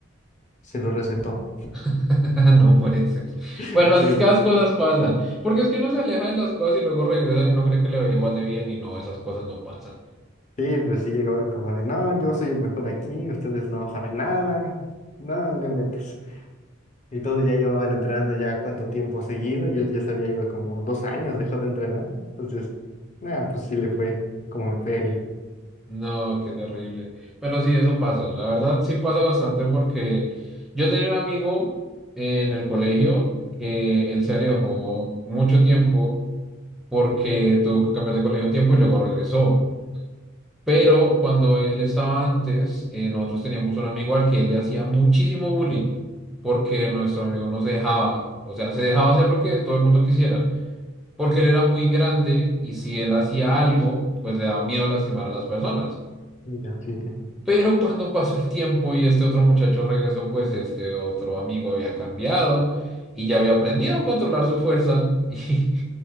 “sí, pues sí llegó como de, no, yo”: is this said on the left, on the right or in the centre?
Left